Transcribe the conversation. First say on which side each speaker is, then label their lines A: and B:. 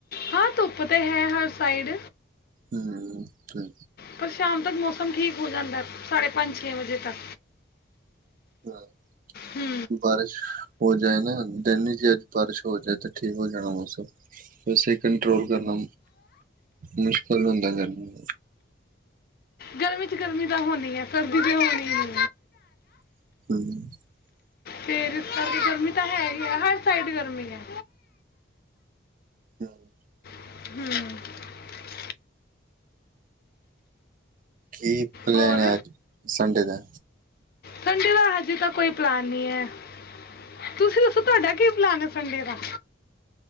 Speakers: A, on the left; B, on the right.
A: ਹਾਂ ਧੁੱਪ ਤਾਂ ਹੈ ਹਰ ਸਾਈਡ
B: ਹਮ, ਓਕੇ
A: ਪਰ ਸ਼ਾਮ ਤੱਕ ਮੌਸਮ ਠੀਕ ਹੋ ਜਾਂਦਾ ਸਾਢੇ ਪੰਜ ਛੇ ਵਜੇ ਤੱਕ
B: ਹਾਂ
A: ਹੂੰ
B: ਬਾਰਿਸ਼ ਹੋ ਜਾਏ ਨਾ ਦਿਨ ਇਚ ਬਾਰਿਸ਼ ਹੋ ਜਾਏ ਤਾਂ ਠੀਕ ਹੋ ਜਾਣਾ ਮੌਸਮ ਵੈਸੇ ਕੰਟ੍ਰੋਲ ਕਰਨਾ ਮੁਸ਼ਕਿਲ ਹੁੰਦਾ ਗਰਮੀ
A: ਗਰਮੀ ਚ ਗਰਮੀ ਤਾਂ ਹੋਣੀ ਹੈ ਸਰਦੀ ਤਾਂ ਹੋਣੀ ਨੀ
B: <inaudible>
A: ਫਿਰ ਗਰਮੀ ਤਾਂ ਹੈ ਹੀ ਹੈ ਹਰ ਸਾਈਡ ਗਰਮੀ ਹੈ
B: <inaudible>
A: <unintelligible>
B: ਕੀ ਪਲੈਨ
A: ਹੋਰ
B: ਹੈ ਅੱਜ ਸੰਡੇ ਦਾ
A: ਸੰਡੇ ਦਾ ਹਜੇ ਤਾਂ ਕੋਈ ਪਲਾਨ <unintelligible> ਤੁਸੀਂ ਦਸੋ ਤੁਹਾਡਾ ਕੀ ਪਲਾਨ ਹੈ ਸੰਡੇ ਦਾ